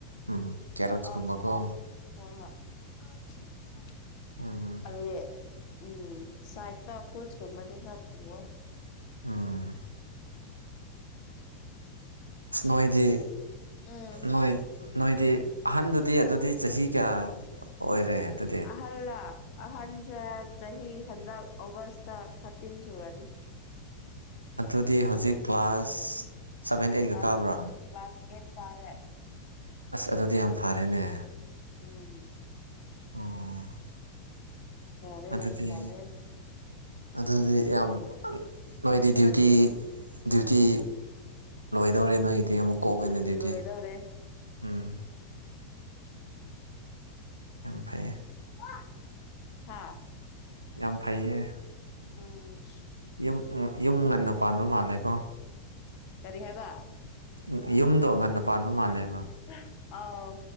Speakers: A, on the right (about 80°); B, on the left (about 45°).
A: ꯎꯝ ꯀꯦꯔꯣꯠꯁꯀꯨꯝꯕꯀꯣ
B: ꯑꯁ ꯍꯣ ꯍꯣ <unintelligible>
A: ꯎꯝ
B: ꯑꯂꯦ ꯎꯝ ꯁꯥꯏꯗ ꯇ <unintelligible> ꯀꯨꯝ ꯕꯗꯤ ꯈꯔ <unintelligible> ꯑꯣꯏ
A: ꯎꯝ ꯏꯁ ꯅꯣꯏꯗꯤ
B: ꯑꯁ ꯎꯝ
A: ꯅꯣꯏ ꯅꯣꯏꯗꯤ ꯑꯍꯟꯗꯨꯗꯤ ꯑꯗꯨꯗꯤ ꯆꯍꯤ ꯀ꯭ꯌꯥ ꯑ ꯑꯣꯏꯔꯦ ꯑꯗꯨ
B: ꯑꯍꯜꯂ ꯑꯍꯟꯁꯦ ꯆꯍꯤ ꯍꯟꯗꯛ ꯑꯣꯒꯁꯇ ꯊꯥꯔꯇꯤꯟ ꯁꯨꯔꯅꯤ
A: ꯑꯗꯨꯗꯤ ꯍꯧꯖꯤꯛ ꯀ꯭ꯂꯥꯁ ꯁꯚꯦꯟ ꯑꯩꯠꯀ
B: ꯀ꯭ꯂꯥꯁ
A: ꯀꯥꯕ꯭ꯔꯥ
B: ꯀ꯭ꯂꯥꯁ ꯑꯦꯠ ꯀꯥꯔꯦ
A: ꯑꯁ ꯑꯗꯨꯗꯤ ꯌꯥꯝ ꯐꯔꯦꯅꯦ
B: ꯎꯝ
A: ꯎꯝ
B: ꯐꯔꯦ
A: ꯑꯗꯨꯗꯤ
B: ꯌꯥꯝ ꯐꯔꯦ
A: ꯑꯗꯨꯗꯤ ꯌꯥꯝ <unintelligible> ꯅꯣꯏꯗꯤ ꯗ꯭ꯌꯨ ꯇꯤ ꯗ꯭ꯌꯨ ꯇꯤ ꯂꯣꯏꯗꯧꯔꯦ ꯅꯣꯏꯒꯤ ꯗꯤ ꯑꯃꯨꯛ ꯀꯣꯛ
B: ꯗ꯭ꯌꯨꯇꯤ
A: ꯑꯅ ꯑꯗꯨꯗꯤ
B: ꯂꯣꯏꯗꯧꯔꯦ
A: ꯎꯝ ꯌꯥꯝ ꯐꯩꯌꯦ
B: <unintelligible> ꯍꯥ
A: ꯌꯥꯝ ꯐꯩꯌꯦ
B: ꯎꯝ
A: ꯌꯨꯝ ꯎꯝ ꯌꯨꯝ ꯉꯟꯅ ꯄꯥꯟꯕ ꯃꯥꯜꯂꯦꯀꯣ
B: ꯀꯔꯤ ꯍꯥꯏꯕ
A: ꯑꯝ ꯌꯨꯝꯗꯣ ꯉꯟꯅ ꯄꯥꯟꯕ ꯃꯥꯜꯂꯦꯕ
B: <unintelligible> ꯑꯥꯎ